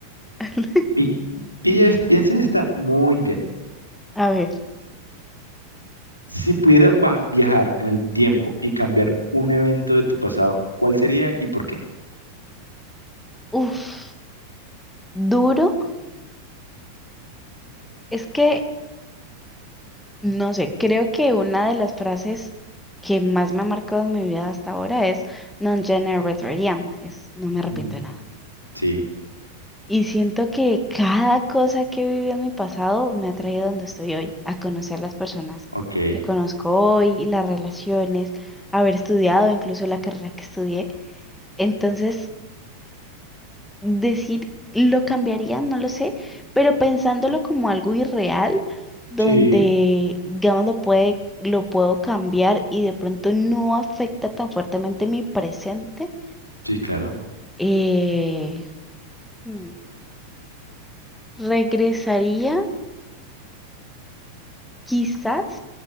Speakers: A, in the centre; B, on the left (about 90°).
A: <laughs>
B: Pi- pilla es- piensa esta muy bien.
A: A ver,
B: Si pudieras va- viajar en el tiempo y cambiar un evento de tu pasado, ¿cuál sería y por qué?
A: uff, duro. Es que No sé, creo que una de las frases que más me ha marcado en mi vida hasta ahora es non gene retrarian, es no me arrepiento
B: Ujú.
A: de nada.
B: Sí,
A: Y siento que cada cosa que he vivido en mi pasado me ha traído a donde estoy hoy, a conocer las personas
B: ok.
A: que conozco hoy, las relaciones, haber estudiado incluso la carrera que estudié. Entonces, decir lo cambiaría, no lo sé, pero pensándolo como algo irreal, donde,
B: Sí,
A: digamos, lo puede, lo puedo cambiar y de pronto no afecta tan fuertemente mi presente,
B: sí, claro.
A: eh, hmm, regresaría quizás,